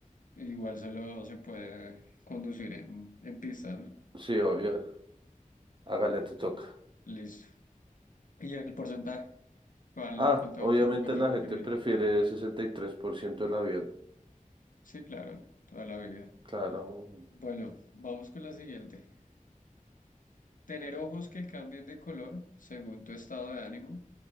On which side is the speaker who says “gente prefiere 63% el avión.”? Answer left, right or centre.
Right